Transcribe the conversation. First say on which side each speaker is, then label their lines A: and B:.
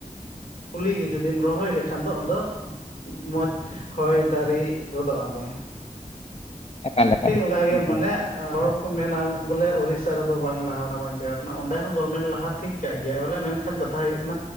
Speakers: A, on the left (about 75°); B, on the left (about 45°).
A: ᱠᱩᱞᱤ ᱜᱮ ᱡᱩᱫᱤᱢ ᱨᱚᱦᱚᱭ ᱞᱮᱠᱷᱟᱱ ᱫᱚ ᱚᱱᱟ ᱫᱚ ᱢᱚᱡᱽ ᱦᱚᱭ ᱫᱟᱨᱮ ᱜᱚᱫᱚᱜ ᱟᱢᱟᱭ᱾
B: ᱮᱠᱟᱞ ᱮᱠᱟᱞ
A: ᱴᱷᱤᱠ ᱚᱱᱠᱟ ᱜᱮ
B: ᱮᱠᱫᱚᱢ
A: ᱢᱟᱱᱮ ᱦᱚᱲ ᱠᱚ ᱢᱮᱱᱟ ᱵᱚᱞᱮ ᱩᱲᱤᱥᱥᱟ ᱨᱮᱫᱚ ᱵᱟᱝᱞᱟ <unintelligible> ᱵᱟᱝ ᱪᱤᱠᱟᱹ ᱠᱟᱱᱟ ᱚᱸᱰᱮ ᱦᱚᱸ ᱜᱚᱨᱢᱮᱱᱴ ᱞᱟᱦᱟ ᱴᱷᱤᱠ ᱠᱟᱜ ᱜᱮᱟᱭ ᱵᱚᱞᱮ ᱢᱮᱱᱠᱷᱟᱱ ᱠᱟᱛᱷᱟ ᱦᱩᱭᱩᱜ ᱠᱟᱱᱟ